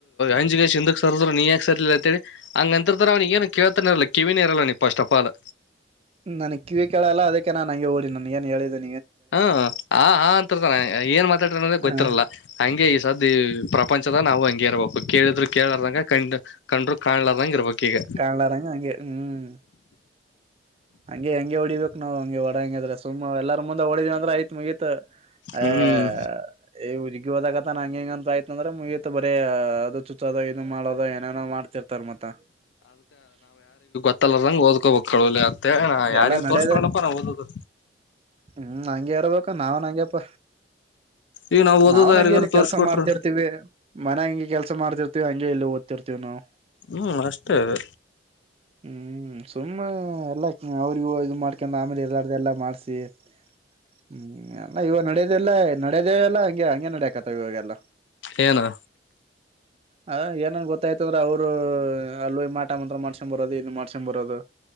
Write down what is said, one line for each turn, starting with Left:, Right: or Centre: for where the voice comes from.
Left: ಅಂಜಗೇಶ್ ಹಿಂದಕ್ ಸರ್ದ್ರು ನೀ ಯಾಕ ಸರ <unintelligible> ಅಂಗ ಅಂತತರ ಅವ ಏ ಕಿವರಲ್ಲ ಕಿವಿನೇ ಇರಲ್ಲಫಸ್ಟ್ ಆಫ್ ಆಲ್
Right: ನನ್ ಕಿವಿ ಕೇಳಲ್ಲ ಅದಕ್ಕೆ ನಾನನ್ ಹಂಗೆ ಹೋಗಿ ನನ್ ಏನ್ ಹೇಳಿದನಿ
Left: ಹ್ಮ ಆ ಹಾ ಅಂತರ್ತಾನ ಏನ್ ಮಾತಾಟಾರ ಅ ಗೊತ್ತಿರಲ್ಲ
Right: ಹ
Left: ಹಂಗೆ ಈ ಸ್ದು ಈ ಪ್ರಪಂಚ ನಾವು ಹಂಗೆ ಇರ್ಬೇಕು ಕೇಳಿದ್ರು ಕೇಳಾರದಂಗ ಕಂಡ್ ಕಂಡರು ಕಾಣ್ಲದಂಗ ಇರ್ಬೇಕಕ್ ಈಗ
Right: ಕಾಣ್ಲಾರಂಗ ಹಂಗೆ ಹ್ಮ್ ಹಂಗೆ ಹೆಂಗೆ ಹೊಳಿಬೇಕು ನಾವ್ ಹಂಗೆ ಒಡಾಂಗಿದ್ರೆ ಸು ಎಲ್ಲರ ಮುಂದೆ ಹೊಳಿದ <unintelligible>
Left: ಹ್ಮ್
Right: ಹೋದಾಗತ ನಂ ಹ ಹೆಂಗ ಅಂತಯ್ತ ಅಂದ್ರೆ ಮುಗಿಯತ್ ಬರ ಅದು ಚುಚ್ಚ ಮಾಡೋದ ಏನೇನೋ ಮಾಡ್ತಿರ್ತಾರ ಮತ್ತ
Left: ಮತ್ತಲ್ಲರದಂಗಗೆ ಓದ್ಕೋಬೇಕಕ್ ಕೇಳ ಅತ್ತೆ ಯಾರಿಗೆ
Right: ಎಲ್ಲಾ ನಡ್ಯದ
Left: ತೋರ್ಸ್ಕೊಲ್ಲಪ್ಪ ನಾ ಓದೋದು
Right: ಹ್ಮ್ ಹಂಗೆರ್ಬೇಕ ನಾವನ್ಂಗಪ್ಪ
Left: ಈಗ ಓದೋದು
Right: ನಾವ್ ನಂಗಗೆಲ್ಲಿ
Left: ಯಾರಿಗಾರ
Right: ಕೆಲ್ಸ
Left: ತೋರ್ಸ್ಕೊಟ್ರು
Right: ಮಾಡ್ತಿರ್ತಿವಿ ಮನ್ ಹಂಗೆ ಕೆಲ್ಸ ಮಾಡ್ತಿರ್ತಿವಿ ಹಂ ಎಲ್ಲ ಓದ್ತಿರ್ತೀವಿ ನಾವು
Left: ಹ್ಮ್ ಮಾಷ್ಟಟರ್
Right: ಹ್ಮ್ ಸುಮ್ಮನೆ ಎಲ್ಲ ಅವ್ರಿಗೂ ಇದು ಮಾಡ್ಕಂಡ ಆಮೇಲೆ ಎಲ್ಲಾರ್ದ ಎಲ್ಲಾ ಮಾಡ್ಸಿ ಹ್ಮ್ ಎಲ್ಲ ಇವಾಗ ನಡದೆಲ್ಲ ನಡದೆೇ ಎಲ್ಲ ಹಂಗೆ ಹಂಗೆ ನಡಕತ ಇವಾಗೆಲ್ಲ
Left: ಏನು
Right: ಅ ಏನನ್ ಗೊತ್ತಾಯ್ತ ಅಂದ್ರ ಅವರು ಅಲ್ಲ ಮಾಟ ಮಾತ್ರ ಮಾಡ್ಸೊಂಡ್ ಬರೋದು ಇ ಮಾಡ್ಸಕೊಂಡ್ ಬರೋದು